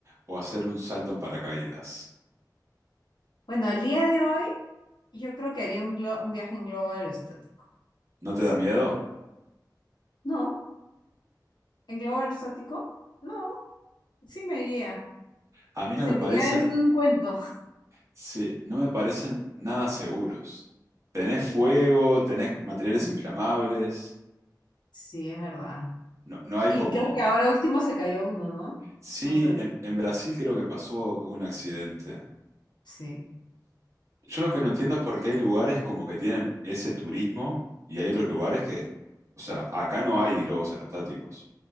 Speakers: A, on the right; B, on the left.
A: o hacer un salto en paracaídas.
B: Bueno, al día de hoy, yo creo que haría un, glo- un viaje en globo aerostático.
A: ¿No te
B: Sí.
A: da miedo?
B: No, en globo aerostático, no, sí me iría.
A: A mí
B: Me
A: no
B: sentiría
A: me parecen,
B: dentro de un cuento.
A: sí, no me parecen nada seguros. Tenés fuego, tenés
B: Mm,
A: materiales inflamables,
B: Sí, es verdad.
A: no, no hay
B: Y
A: como...
B: creo que ahora último se cayó uno, ¿no?
A: Sí,
B: No sé dónde.
A: en, en Brasil creo que pasó que hubo un accidente.
B: Sí,
A: Yo lo
B: ay.
A: que no entiendo es por qué hay lugares como que tienen ese turismo y hay otros lugares que, o sea, acá no hay globos aerostáticos,